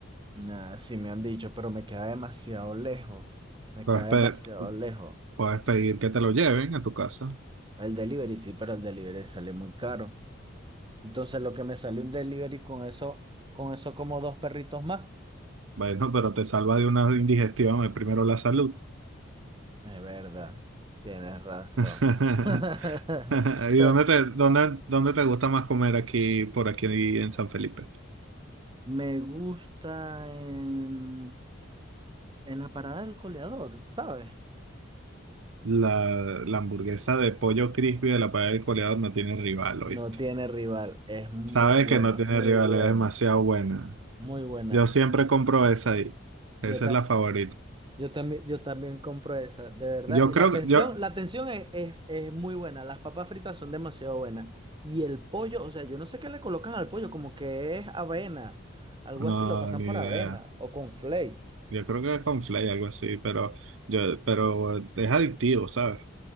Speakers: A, on the right (about 25°); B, on the right (about 80°).
A: Ah, sí, me han dicho, pero me queda demasiado lejos. Me
B: Puedes,
A: queda
B: pe-
A: demasiado lejos.
B: puedes pedir que te lo lleven a tu casa.
A: El delivery, sí, pero el delivery sale muy caro. Entonces lo que me salió un delivery con eso, con eso como dos perritos más.
B: Bueno, pero te salva de una indigestión, eh, primero la salud.
A: Es verdad, tienes razón.
B: <laughs>
A: <laughs> Ta-
B: ¿Y
A: ta-
B: dónde te, dónde, dónde te gusta más comer aquí, por aquí en San Felipe?
A: Me gusta en, en la parada del coleador, ¿sabes?
B: La, la hamburguesa de pollo crispy de la parada del Coleador no tiene rival,
A: No
B: ¿oíste?
A: tiene rival, es muy
B: Sabes
A: buena,
B: que no tiene
A: muy
B: rival,
A: buena,
B: es demasiado buena.
A: muy buena.
B: Yo siempre compro esa ahí.
A: Yo,
B: Esa
A: ta-
B: es la favorita.
A: Yo también, yo también compro esa, de verdad.
B: Yo
A: Y
B: creo
A: la atención,
B: que, yo,
A: la atención es, es, es muy buena. Las papas fritas son demasiado buenas. Y el pollo, o sea, yo no sé qué le colocan al pollo, como que es avena. Algo
B: no,
A: así, lo pasan
B: ni
A: por avena
B: idea.
A: o con flake.
B: Yo creo que es con Flay, algo así, pero yo, pero es adictivo, ¿sabes?